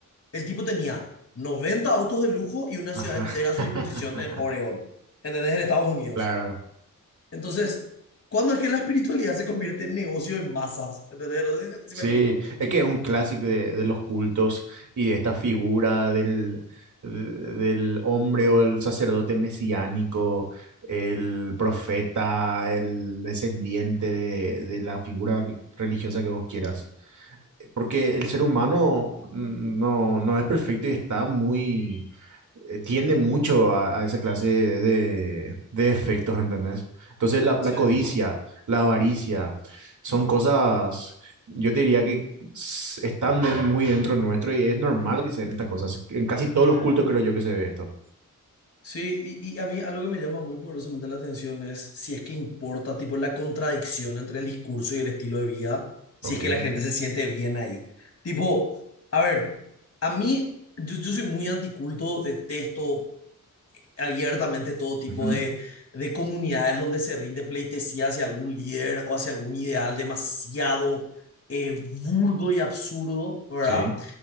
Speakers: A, on the left; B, on the right.
A: el tipo tenía 90 autos de lujo y una
B: Ajá.
A: ciudad entera a su
B: <laughs>
A: disposición en Oregón, ¿entendés? En Estados Unidos.
B: Claro.
A: Entonces, ¿cuándo es que la espiritualidad se convierte en negocio en masas? ¿Entendés? No sé si, si
B: Sí,
A: me explico.
B: es que es un clásico de, de los cultos y de esta figura del, de- del hombre o el sacerdote mesiánico, el profeta, el descendiente de, de la figura religiosa que vos quieras. Porque el ser humano no, no es perfecto y está muy, eh, tiende mucho a, a esa clase de, de efectos, ¿entendés? Entonces la,
A: Sí.
B: la codicia, la avaricia, son cosas, yo te diría que s- están de- muy dentro nuestro y es normal que se den estas cosas. En casi todos los cultos creo yo que se ve esto.
A: Sí, y, y a mí algo que me llama muy poderosamente la atención es si es que importa, tipo, la contradicción entre el discurso y el estilo de vida, si
B: Ok.
A: es que la gente se siente bien ahí. Tipo, a ver, a mí, yo, yo soy muy anticulto, detesto abiertamente todo tipo
B: Ujú.
A: de, de comunidades donde se rinde pleitesía hacia algún líder o hacia algún ideal demasiado eh, burdo y absurdo, ¿verdad?
B: Sí,